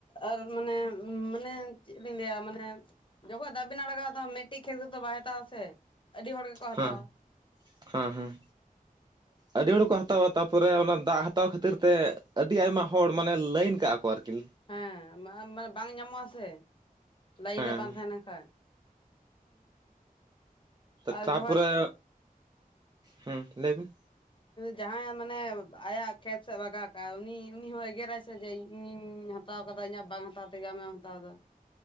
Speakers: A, on the left; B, on the right.
A: ᱟᱨ ᱢᱟᱱᱮ ᱢᱟᱱᱮ ᱪᱮᱫ ᱞᱤᱧ ᱞᱟᱹᱭᱟ ᱢᱟᱱᱮ ᱡᱚᱠᱷᱚᱱ ᱫᱟᱜ ᱵᱤᱱ ᱟᱲᱟᱜ-ᱟ ᱢᱤᱫᱴᱤᱡ ᱠᱷᱮᱛ ᱨᱮᱫᱚ ᱵᱟᱭ ᱦᱟᱛᱟ ᱟ ᱥᱮ ᱟᱹᱰᱤ ᱦᱚᱲ ᱦᱟᱛᱟᱣᱟ
B: ᱦᱮᱸ ᱦᱮᱸ ᱦᱮᱸ ᱟᱹᱰᱤ ᱦᱚᱲ ᱠᱚ ᱦᱟᱛᱟᱣᱟ ᱛᱟᱯᱚᱨᱮ ᱚᱱᱟ ᱫᱟᱜ ᱦᱟᱛᱟᱣ ᱠᱷᱟᱹᱛᱤᱨ ᱛᱮ ᱟᱹᱰᱤ ᱟᱭᱢᱟ ᱦᱚᱲ ᱢᱟᱱᱮ ᱞᱟᱹᱭᱤᱱ ᱠᱟᱜ-ᱟ ᱠᱚ ᱠᱚ ᱟᱨᱠᱤᱱ
A: ᱦᱮᱸ ᱢᱟᱱᱮ ᱵᱟᱝ ᱧᱟᱢᱚᱜ-ᱟ ᱥᱮ ᱞᱟᱭᱤᱱ
B: ᱦᱮᱸ
A: ᱨᱮ ᱵᱟᱝ ᱛᱟᱦᱮᱸ ᱞᱮᱱ ᱠᱷᱟᱱ
B: ᱦᱮᱸ
A: ᱟᱨ
B: ᱛᱟᱯᱚᱨᱮ
A: ᱡᱚᱠᱷᱚᱡ
B: ᱦᱮᱸ ᱞᱟᱹᱭᱵᱤᱱ
A: ᱡᱟᱦᱟᱸᱭᱟᱜ ᱢᱟᱱᱮ ᱟᱭᱟᱜ ᱠᱷᱮᱛ ᱥᱮᱫ ᱵᱟᱜᱟᱣ ᱠᱟᱜᱼᱟᱭ ᱩᱱᱤ ᱩᱱᱤ ᱦᱚᱸᱭ ᱮᱜᱮᱨᱟᱭ ᱥᱮ ᱡᱮ ᱤᱧᱤᱧ ᱦᱟᱛᱟᱣ ᱠᱟᱫᱟ ᱤᱧᱟᱹᱜ ᱵᱟᱝ ᱦᱟᱛᱟᱣ ᱛᱮᱜᱮ ᱟᱢᱮᱢ ᱦᱟᱛᱟᱣ ᱮᱫᱟ